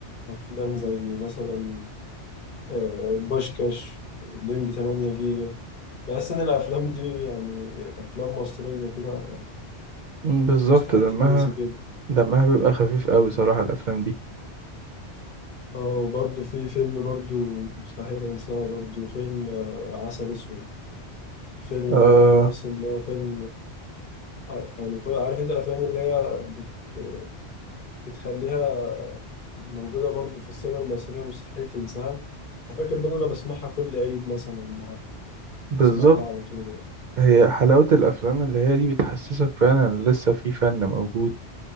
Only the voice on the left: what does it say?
افلام زي مثلا آه، بوشكاش لمبي 8 جيجا بحس ان الافلام دي يعني افلام مصريه كده
مستحيل
تتنسي كده
اه وبرضه في فيلم برضه مستحيل انساه برضه فيلم آه، عسل اسود الفيلم
ده برضو بحس إن هو فيلم آه، يعني شوية- عارف انت الافلام اللي هي بت- بتخليها موجوده برضو في السينما المصريه مستحيل تنساها أنا فاكر برضو انا بسمعها كل عيد مثلا ولا حاجة.
بسمعها على طول